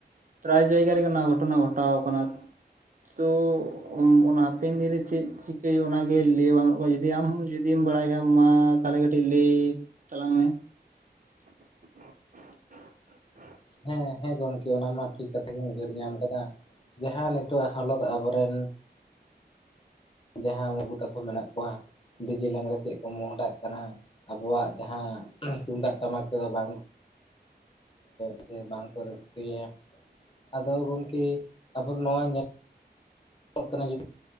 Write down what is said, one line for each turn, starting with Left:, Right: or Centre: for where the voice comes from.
Right: ᱯᱨᱟᱭ ᱡᱟᱭᱜᱟ ᱨᱮᱜᱮ ᱱᱚᱣᱟ ᱜᱷᱚᱴᱚᱱᱟ ᱜᱷᱚᱴᱟᱣ ᱠᱟᱱᱟ᱾ ᱛᱚ ᱚᱱᱟ ᱦᱟᱯᱮᱱ ᱫᱤᱱ ᱨᱮ ᱪᱮᱫ ᱪᱤᱠᱟᱹᱭ ᱦᱩᱭᱩᱜ-ᱟ? ᱚᱱᱟ ᱜᱮ ᱞᱟᱹᱭ ᱵᱟᱝ-ᱟ ᱡᱩᱫᱤ ᱟᱢ ᱦᱚᱸ ᱡᱤᱫᱤᱢ ᱵᱟᱲᱟᱭ ᱠᱷᱟᱡ ᱢᱟ ᱛᱟᱦᱚᱞᱮ ᱠᱟᱹᱴᱤᱡ ᱞᱟᱹᱭ ᱪᱟᱞᱟᱝ ᱢᱮ᱾ <unintelligible>
Left: ᱦᱮᱸ ᱦᱮᱸ ᱜᱚᱝᱠᱮ, ᱚᱱᱟ ᱢᱟ ᱴᱷᱤᱠ ᱠᱟᱛᱷᱟ ᱜᱮᱢ ᱩᱭᱦᱟᱹᱨ ᱧᱟᱢ ᱠᱟᱫᱟ᱾ ᱡᱟᱦᱟᱸ ᱱᱤᱛᱚᱜ ᱦᱟᱞᱚᱛ ᱟᱵᱚᱨᱮᱱ ᱡᱟᱦᱟᱸ ᱵᱟᱹᱵᱩ ᱛᱟᱠᱚ ᱢᱮᱱᱟᱜ ᱠᱚᱣᱟ᱾ ᱰᱤᱡᱮ ᱞᱟᱜᱽᱲᱮ ᱥᱮᱫ ᱠᱚ ᱢᱚᱦᱰᱟᱜ ᱠᱟᱱᱟ, ᱟᱵᱚᱣᱟᱜ ᱡᱟᱦᱟᱸ ᱛᱩᱢᱫᱟᱜ ᱴᱟᱢᱟᱠ ᱛᱮᱫᱚ ᱵᱟᱝ ᱥᱮ ᱵᱟᱝ ᱠᱚ ᱨᱟᱹᱥᱠᱟᱹᱭᱟ ᱟᱫᱚ ᱜᱚᱝᱠᱮ ᱟᱵᱚ ᱫᱚ ᱱᱚᱣᱟ ᱠᱟᱱᱟ ᱡᱩ